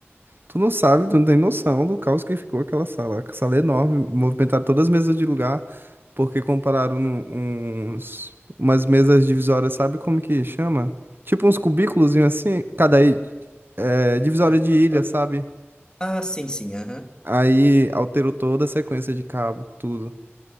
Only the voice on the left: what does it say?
É,
pra-
Ah, sim, sim, aham.